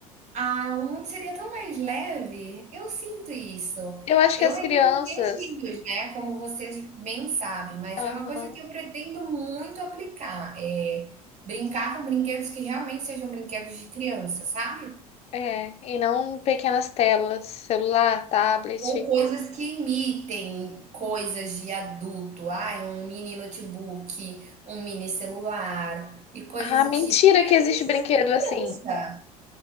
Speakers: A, on the right; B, on the left.
A: ah, o mundo seria tão mais leve. Eu sinto isso.
B: Eu acho
A: Eu
B: que as
A: ainda
B: crianças,
A: não tenho filhos, né? Como vocês bem sabem, mas
B: aham,
A: é uma coisa que eu pretendo muito aplicar. É brincar com brinquedos que realmente sejam brinquedos de criança, sabe?
B: é, e não pequenas telas, celular, tablet.
A: Ou coisas que imitem coisas de adulto, ai, um mini notebook, um mini celular e coisas
B: Ah, mentira
A: do tipo. Criança
B: que existe
A: vai ser
B: brinquedo
A: criança.
B: assim.